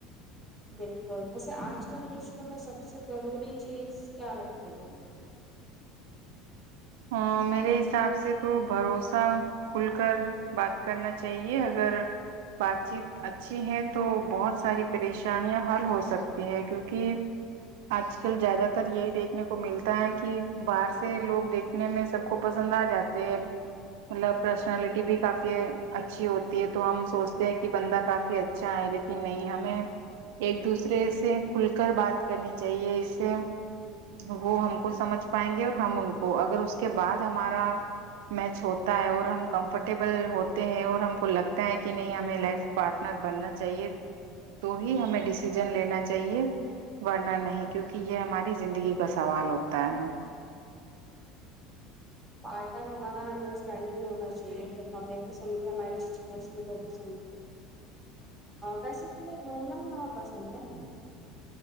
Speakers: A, in the centre; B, on the right.
A: بالکل ویسے آج کل جشم میں سب سے ضروری چیز کیا لگ رہ ت
B: ہ میرے حساب سے تو بھروسہ کھل کر بات کرنا چاہیے اگر بات چیت اچھی ہے تو بہت ساری پریشانیاں حل ہو سکتی ہے کیونکہ آج کل زیادہ تر یہی دیکھنے کو ملتا ہے کہ باہر سے لوگ دیکھ نے سب کو پسند آ جاتے ہے مطلب پرسنالٹی بھی کافی اچھی ہوتی ہے تو ہم سوچتے ہیں کہ بندہ کافی اچھا ہے لیکن نہیں ہمیں ایک دوسرے سے کھل کر بات کرنی چاہیے اس سے وہ ہم کو سمجھ پائیں گے اور ہم ان کو اگر اس کے بعد ہمارا میچ ہوتا ہے اور ہم کمفرٹیبل ہوتے ہیں اور ہم کو لگتا ہے کہ نہیں ہمیں لائف پارٹنر بننا چاہیے تو ہی ہمیں ڈسیزن لینا چاہیے ورننا نہیں کیونکہ یہ ہماری زندگی کا سوال ہوتا ہے
A: پٹان ہمارا انڈ چڈ ہونا چاہیے ہم س یہ ہماریشن ر پبل سمجھ ویسے تومہیں گھومنا وہاں پسند ہے